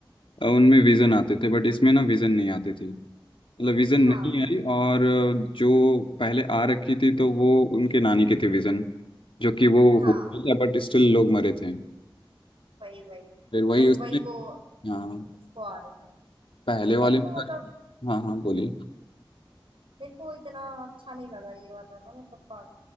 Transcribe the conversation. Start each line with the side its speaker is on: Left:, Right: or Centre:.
Left: अ, उनमें विजन आते थे बट इसमें ना विजन नहीं आती थी मतलब विजन नहीं
Right: हाँ
Left: आई और अ, जो पहले आ रखी थी तो वो उनके नानी की थी विजन जो कि वो
Right: हाँ
Left: हुआ था बट स्टिल लोग मरे थे
Right: वही वही
Left: फिर वही
Right: और
Left: उसमें
Right: वही वो
Left: हाँ
Right: उसको आ रहे थे
Left: पहले वाले
Right: मेरे
Left: में
Right: को मतलब
Left: था हाँ हाँ बोलिए
Right: मेरे को इतना अच्छा नहीं लगा ये वाला ना मतलब पार्ट